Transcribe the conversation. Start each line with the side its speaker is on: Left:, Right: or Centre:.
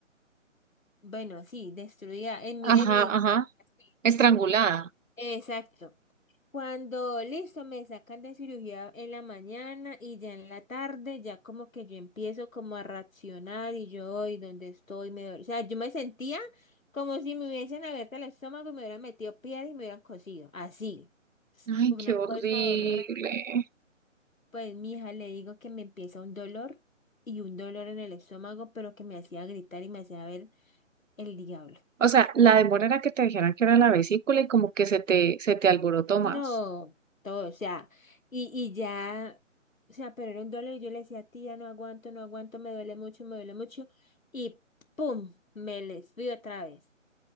Left: Bueno, sí, destruida en mi,
Right: Ajá,
Left: en mi,
Right: ajá.
Left: así.
Right: Estrangulada.
Left: Exacto. Cuando listo, me sacan de cirugía en la mañana y ya en la tarde, ya como que yo empiezo como a reaccionar y yo, y donde estoy, me duele. O sea, yo me sentía como si me hubiesen abierto el estómago y me hubieran metido piedras y me hubieran cosido. Así,
Right: Ay,
Left: una
Right: qué horrible.
Left: cosa horrible. Pues mi hija le digo que me empieza un dolor y un dolor en el estómago, pero que me hacía gritar y me hacía ver el diablo.
Right: O sea, la demora era que te dijeran que era la vesícula y como que se te, se te alborotó
Left: No,
Right: más.
Left: todo, o sea, y, y ya, o sea, pero era un dolor y yo le decía, tía, no aguanto, no aguanto, me duele mucho, me duele mucho, y pum, me les fui otra vez.